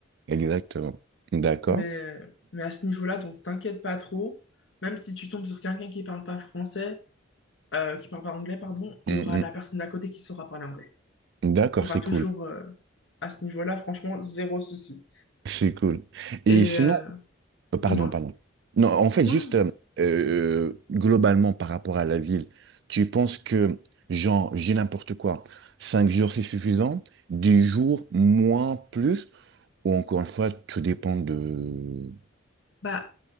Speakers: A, on the right; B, on the left.
A: Exactement. D'accord.
B: Mais, mais à ce niveau-là, donc t'inquiète pas trop. Même si tu tombes sur quelqu'un qui parle pas français, euh, qui parle pas anglais, pardon, il
A: Mm,
B: y aura
A: mm.
B: la personne d'à côté qui saura parler anglais.
A: D'accord,
B: Tu auras
A: c'est
B: toujours,
A: cool.
B: euh, à ce niveau-là, franchement, zéro souci.
A: C'est cool. Et
B: Et
A: sinon,
B: euh,
A: euh, pardon,
B: dis-moi.
A: pardon. Non, en fait,
B: Non,
A: juste
B: non.
A: euh, euh, globalement par rapport à la ville, tu penses que, genre, j'ai n'importe quoi, Cinq jours c'est suffisant, 10 jours moins, plus, ou encore une fois, tout dépend de...
B: Bah,